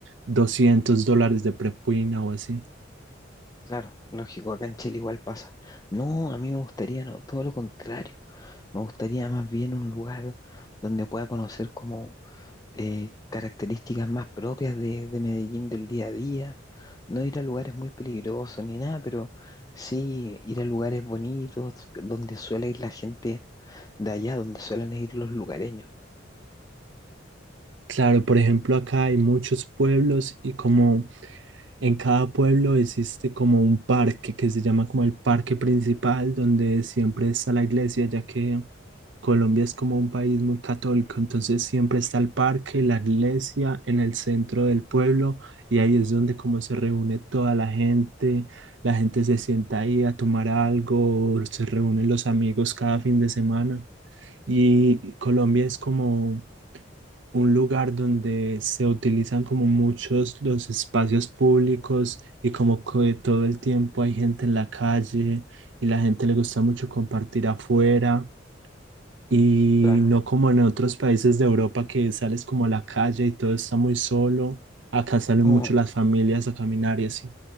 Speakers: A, on the right; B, on the left.
A: 200 dólares de propina o así.
B: Claro, lógico, acá en Chile igual pasa. No, a mí me gustaría, no, todo lo contrario. Me gustaría más bien un lugar donde pueda conocer como eh, características más propias de, de Medellín del día a día. No ir a lugares muy peligrosos ni nada, pero sí ir a lugares bonitos donde suele ir la gente de allá donde suelen ir los lugareños.
A: Claro, por ejemplo, acá hay muchos pueblos y como En cada pueblo existe como un parque que se llama como el parque principal, donde siempre está la iglesia, ya que Colombia es como un país muy católico, entonces siempre está el parque, la iglesia en el centro del pueblo y ahí es donde como se reúne toda la gente, la gente se sienta ahí a tomar algo, se reúnen los amigos cada fin de semana y Colombia es como un lugar donde se utilizan como muchos los espacios públicos y como que todo el tiempo hay gente en la calle y la gente le gusta mucho compartir afuera y
B: Claro.
A: no como en otros países de Europa que sales como a la calle y todo está muy solo. Acá salen
B: No,
A: mucho las familias a caminar y así.